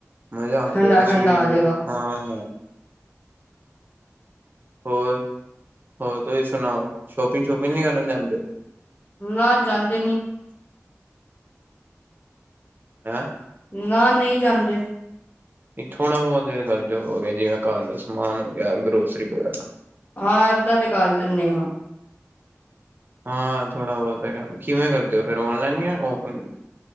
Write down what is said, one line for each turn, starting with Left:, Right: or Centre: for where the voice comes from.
Right: ਮਜ਼ਾ
Left: ਠੰਡਾ
Right: ਆ ਜਾਏਗਾ
Left: ਠੰਡਾ
Right: ਸ਼ਰੀਰ
Left: ਆ
Right: ਨੂੰ,
Left: ਜਾਏਗਾ।
Right: ਹਾਂ। ਹੋਰ, ਹੋਰ ਤੁਸੀਂ ਸੁਣਾਓ, ਸ਼ੋਪਿੰਗ-ਸ਼ੋਪਿੰਗ ਨਹੀਂ ਕਰਨ ਜਾਂਦੇ ਹੋ?
Left: ਨਾ, ਜਾਂਦੇ ਨੀ।
Right: ਹੈਂ?
Left: ਨਾ, ਨਹੀਂ ਜਾਂਦੇ।
Right: ਥੋੜ੍ਹਾ ਬਹੁਤ ਕਰਦੇ ਹੋਗੇ, ਜਿਵੇਂ ਘਰ ਦਾ ਸਮਾਨ ਹੋ ਗਿਆ, ਗਰੋਸਰੀ ਵਗੈਰਾ
Left: ਹਾਂ, ਏਦਾਂ ਤੇ ਕਰ ਲੈਂਦੇ ਹਾਂ।
Right: ਹਾਂ ਥੋੜਾ ਬਹੁਤ ਹੈ ਕਹਿੰ, ਕਿਵੇਂ ਕਰਦੇ ਹੋ ਫਿਰ ਔਨਲਾਈਨ ਜਾਂ ਔਫਲਾਈਨ?